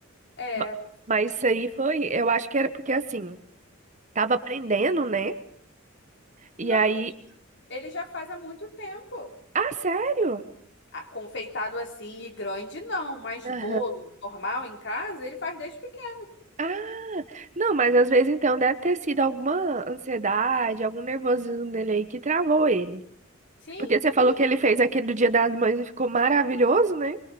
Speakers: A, on the left; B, on the right.
A: É.
B: Ma- Mas isso aí foi, eu acho que era porque assim, tava aprendendo, né? E
A: Não,
B: aí
A: menina. Ele já faz há muito tempo.
B: Ah, sério?
A: Ah, confeitado assim e grande, não, mas
B: Aham.
A: bolo normal em casa, ele faz desde pequeno.
B: Ah, não, mas às vezes então deve ter sido alguma ansiedade, algum nervosismo nele aí que travou ele.
A: Sim,
B: Porque você falou
A: tudo.
B: que ele fez aquele do Dia das Mães e ficou maravilhoso, né?